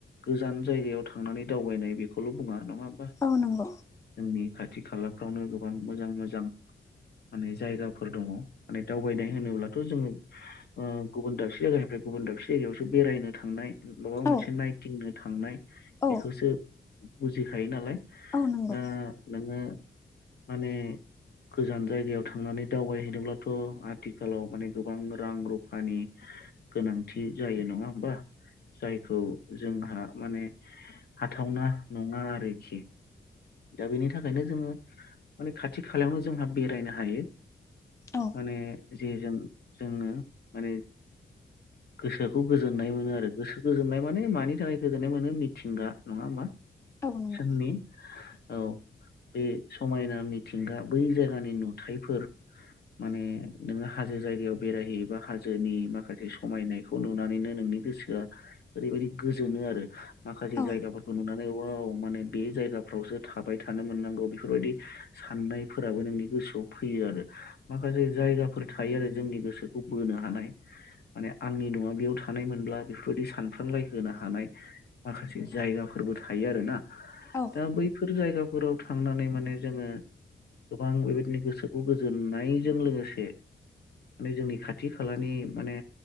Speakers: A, on the left; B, on the left.
A: गोजान जायगायाव थांनानै दावबायनाय बेखौल' बुङा नङा होमबा?
B: औ नोंगौ।
A: गावनि खाथि खालाफ्रावनो गोबां मोजां मोजां माने जायगाफोर दङ माने दावबायनाय होनोब्लाथ' जोङो ओ गुबुन दाबसे जायगानिफ्राय गुबुन दाबसे जायगायावसो बेरायनो थांनाय माबा मोनसे
B: औ
A: नायथिंनो थांनाय
B: औ
A: बेखौसो बुजिखायो नालाय।
B: औ नंगौ
A: दा नोङो माने गोजान जायगायाव थांनानै दावबायहैनोब्लाथ' आथिखालाव माने गोबां रां रुफानि गोनांथि जायो नङा होमबा जायखौ जोंहा माने हाथावना नङा आरोखि। दा बेनि थाखायनो जोङो माने खाथि खालायावनो जोंहा बेरायनो हायो।
B: औ
A: माने जे जों जोंनो माने गोसोखौ गोजोननाय मोनो आरो गोसो गोजोननाय माने मानि थाखाय गोजोननाय मोनो मिथिंगा नङा होमबा?
B: औ नंगौ
A: जोंनि औ बे समायना मिथिंगा बै जायगानि नुथायफोर माने नोङो हाजो जायगायाव बेरायहैयोबा हाजोनि माखासे समायनायखौ नुनानैनो नों नि गोसोआ ओरैबायदि गोजोनो आरो माखासे
B: औ
A: जायगाफोरखौ नुनानै वाउ माने बे जायगाफ्रावसो थाबाय थानो मोनांगौ बेफोरबायदि साननायफोराबो नोंनि गोसोआव फैयो आरो माखासे जा जायगाफोर थायो आरो जोंनि गोसोखौ बोनो हानाय। माने आंनि न'आ बेयाव थानायमोनब्ला बेफोरबायदि सानफ्रांलाय होनो हानाय माखासे जायगा फोरबो थायो आरोना
B: औ
A: दा बैफोर जायगाफोराव थांनानै माने जोङो गोबां बेबायदिनो गोसोखौ गोजोननायजों लोगोसे माने जोंनि खाथि खालानि माने